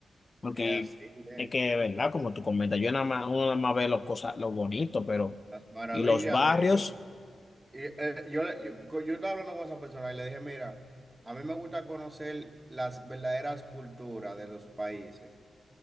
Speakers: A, on the left (about 45°); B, on the right (about 25°).
A: Porque
B: Es así, eh.
A: es que, ¿verdad? Como tú comentas, yo nada más, uno nada más ve los cosas, lo bonito, pero.
B: Las maravillas
A: Y los barrios,
B: de ellos. Y, eh, yo, le- yo, co- yo estaba hablando con esa persona y le dije, mira, a mí me gusta conocer las verdaderas culturas de los países,